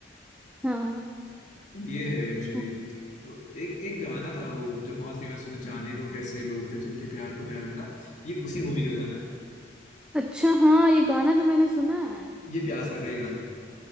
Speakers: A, in the centre; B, on the left.
A: हाँ
B: तो ये है इवेंचुअली
A: रे।
B: तो एक एक गाना था वो जो बहुत फेमस हुआ था जाने वो कैसे लोग थे जिनके प्यार को प्यार मिला ये उसी मूवी का गाना है
A: अच्छा हाँ ये गाना तो मैंने सुना है
B: ये प्यासा का ही गाना है